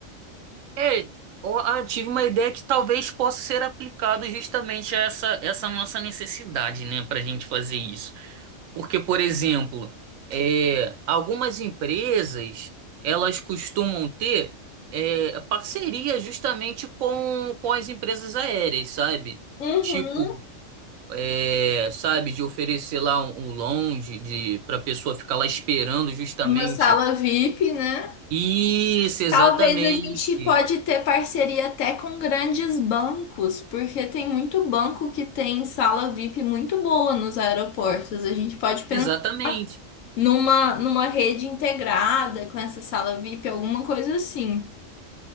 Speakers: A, on the right; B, on the left.
A: É, ó, ah, tive uma ideia que talvez possa ser aplicado justamente a essa, essa nossa necessidade, né, para a gente fazer isso. Porque, por exemplo, é, algumas empresas elas costumam ter é, parceria justamente com, com as empresas aéreas, sabe?
B: Uhum.
A: Tipo, é, sabe, de oferecer lá um, um lounge de, para a pessoa ficar lá esperando justamente.
B: Uma sala VIP, né?
A: Isso, exatamente.
B: Talvez a gente pode ter parceria até com grandes bancos, porque tem muito banco que tem sala VIP muito boa nos aeroportos. A gente pode pensar
A: Exatamente.
B: numa, numa rede integrada com essa sala VIP, alguma coisa assim.